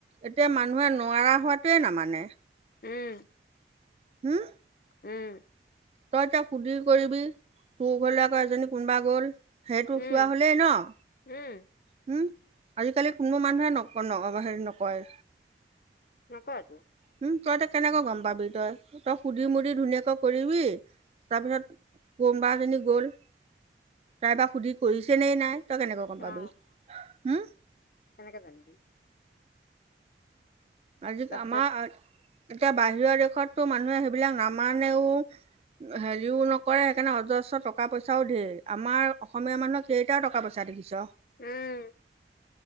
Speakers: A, on the right (about 35°); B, on the left (about 50°).
A: এতিয়া মানুহে নোৱাৰা হোৱাটোৱেই নামানে।
B: উম'।
A: হুম'?
B: উম'।
A: তই এতিয়া সুধি কৰিবি তোৰ ঘৰলৈ আকৌ এজনী কোনোবা গ'ল সেইটো
B: উম
A: চোৱা হ'লেই ন'।
B: উম'।
A: হুম, আজিকালি কোনো মানুহে নক হেৰি নকৰে।
B: নকয়টো।
A: উম, তই এতিয়া কেনেকৈ গম পাবি তই সুধি মুধি ধুনীয়াকৈ কৰিবি তাৰপিছত কোনবা এজনী গ'ল। তাই বা সুধি কৰিছেনেই নাই তই কেনেকৈ গম পাবি।
B: অ'
A: হম?
B: কেনেকে জানিবি?
A: আজি
B: তাৰপিছত
A: আমাৰ এতিয়া বাহিৰৰ দেশতটো মানুহে সেইবিলাক নামানেও হেৰিও নকৰে সেইকাৰণে অজস্ৰ টকা পইচাও ধেৰ আমাৰ অসমীয়া মানুহৰ কেইটা টকা পইচা দেখিছ?
B: উম